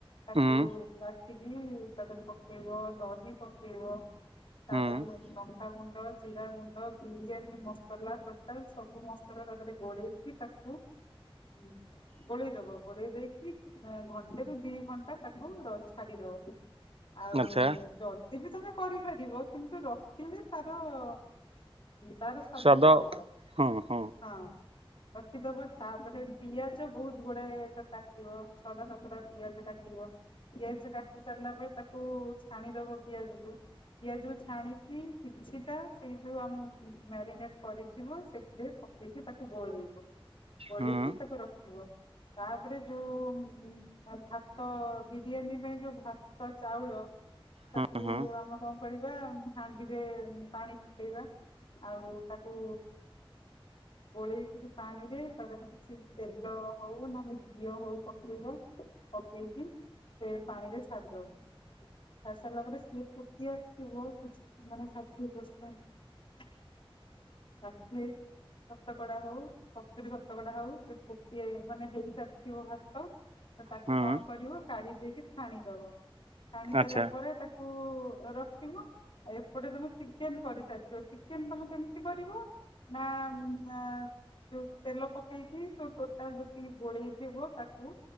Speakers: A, on the left; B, on the right.
A: ତାକୁ
B: ହୁଁ।
A: କାଟିକି ତାଦେରେ ପକେଇବ ଦହି ପକେଇବ। ତା
B: ହୁଁ
A: ଉପରେ ଲୁ ଲଙ୍କା ଗୁଣ୍ଡ ର ଜିରା ଗୁଣ୍ଡ ବିରିୟାନୀ ମସଲା ଟୋଟାଲ ସବୁ ମସଲା ତା ଦେହରେ ଗୋଳେଇକି ତାକୁ ହଁ ଗୋଳେଇଦବ ଗୋଳେଇ ଦେଇକି ଘଣ୍ଟେରୁୁ ଦି ଘଣ୍ଟା ତାକୁ ର ଛାଡିଦେବ। ହଁ। ଆଉ
B: ଆଚ୍ଛା
A: ଜଲଦି ବି ତମେ କରିପାରିବ କିନ୍ତୁ ରଖିଲେ ତାର ଉଁ ତାର ସ୍ୱାଦଟା
B: ସ୍ୱାଦ
A: ଅଲଗା
B: ହୁଁ ହୁଁ
A: ହଁ। ରଖିଦବ ତାପରେ ପିଆଜ ବହୁତ ଗୁଡାଏ ତାକୁ କାଟିବ ଛଅଟା ସାତଟା ପିଆଜ କାଟିବ। ପିଆଜ କାଟି ସାରିଲା ପରେ ତାକୁ ଛାଣିଦବ ପିଆଜକୁୁ। ପିଆଜକୁ ଛାଣିକି କିଛିଟା ସେଇ ଯୋଉ ଆମ ମ୍ୟାରିନେଟ୍ କରିଥିବ ସେଥିରେ ପକ କରିକି ତାକୁ ଗୋଳେଇବ ଗୋଳେଇକି
B: ହୁଁ
A: ତାକୁ ରଖିବ। ତାପରେ ଯୋଉ ଉମ ଭାତ ବିରିୟାନୀ ପାଇଁ ଯୋଉ ଭାତ ଚାଉଳ ତାକୁ
B: ହୁଁ ହୁଁ
A: ଆମେ କଁ କରିବା ହାଣ୍ଡିରେ ପାଣି ଫୁଟେଇବା ଆଉ ତାକୁ ଗୋଳେଇକିରି ପାଣିରେ ତା ଦେହରେ କିଛି ତେଲ ହଉ ନହେଲେ ଘିଅ ହଉ ପକେଇବା। ପକେଇକି ସେ ପାଣିରେ ଛାଡିଦବା। ସାରିସାରିଲା ପରେ ସିଏ ଫୁଟି ଆସିଥିବ ମାନେ ଷାଠିଏ ପରସେଣ୍ଟ ଷାଠିଏ ଶତକଡା ହଉ ସତୁୁରୀ ଶତକଡା ହଉ ସେ ଫୁଟିଯାଇ ମାନେ ହେଇସାରିଥିବ ଭାତ ତ ତାକୁ
B: ହୁଁ
A: କଣ କରିବ କାଢି ଦେଇକି ଛାଣିଦବ ଛାଣି ସାରିଲା
B: ଆଚ୍ଛା
A: ପରେ ତାକୁ ତାକୁ ରଖିବ ଆଉ ଏପଟେ ତମେ ଚିକେନ କରିସାରିଥବ ଚିକେନ ତମେ କେମିତି କରିବ ‌? ନା ନା ଯୋଉ ତେଲ ପକେଇକି ଟୋଟାଲ ଯେତିିକି ଗୋଳେଇଥିବ ତାକୁ